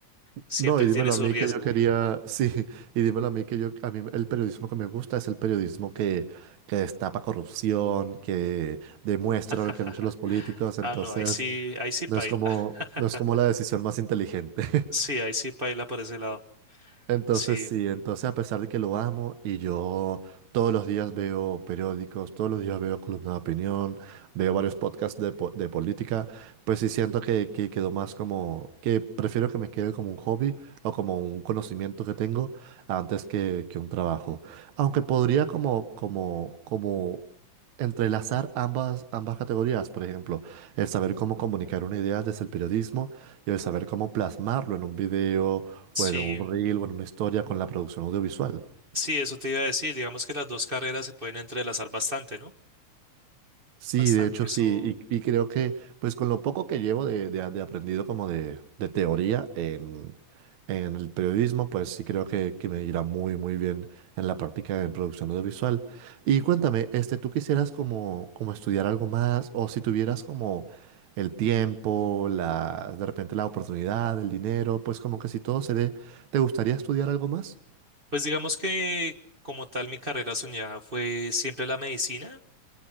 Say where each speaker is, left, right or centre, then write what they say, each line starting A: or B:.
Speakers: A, on the right (about 35°); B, on the right (about 75°).
A: Siempre
B: No, y dímelo
A: tiene su
B: a mí
A: riesgo.
B: que yo quería, <laughs> sí, y dímelo a mí que yo, a mí el periodismo que me gusta es el periodismo que, que destapa corrupción, que demuestra
A: <laughs>
B: lo que han hecho los políticos, entonces
A: Ah, no, ahí sí, ahí sí
B: no
A: paila.
B: es como,
A: <laughs>
B: no es como la decisión más inteligente.
A: Sí, ahí sí paila por ese lado.
B: Entonces
A: Sí,
B: sí, entonces a pesar de que lo amo y yo todos los días veo periódicos, todos los días veo columna de opinión, veo varios podcasts de, po- de política, pues sí siento que, que quedó más como, que prefiero que me quede como un hobby o como un conocimiento que tengo antes que, que un trabajo. Aunque podría como, como, como entrelazar ambas, ambas categorías, por ejemplo, el saber cómo comunicar una idea desde el periodismo y el saber cómo plasmarlo en un video
A: sí,
B: bueno, un reel, bueno, una historia con la producción audiovisual.
A: sí, eso te iba a decir. Digamos que las dos carreras se pueden entrelazar bastante, ¿no?
B: Sí,
A: Bastante,
B: de hecho
A: eso.
B: sí, y, y creo que pues con lo poco que llevo de, de- de aprendido como de, de teoría en, en el periodismo, pues sí creo que, que me irá muy muy bien en la práctica en producción audiovisual. Y cuéntame, este, ¿tú quisieras como, como estudiar algo más o si tuvieras como el tiempo, la, de repente la oportunidad, el dinero, pues como que si todo se dé, ¿te gustaría estudiar algo más?
A: Pues digamos que como tal mi carrera soñada fue siempre la medicina,